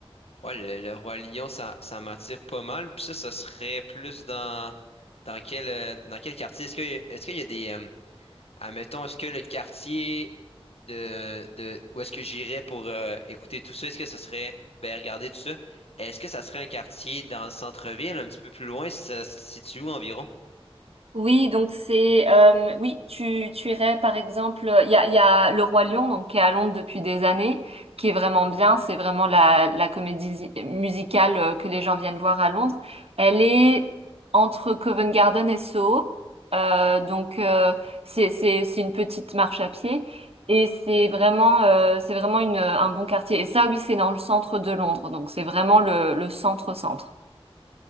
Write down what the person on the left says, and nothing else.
Ouais, le, le Roi Lion, ça, ça m'attire pas mal. Puis ça, ça serait plus dans, dans quel, euh, dans quel quartier? Est-ce que, est-ce qu'il y a des, euh, admettons, est-ce que le quartier de, de où est-ce que j'irais pour euh, écouter tout ça, est-ce que ça serait, ben, regarder tout ça, est-ce que ça serait un quartier dans le centre-ville, un petit peu plus loin, ça se situe où environ?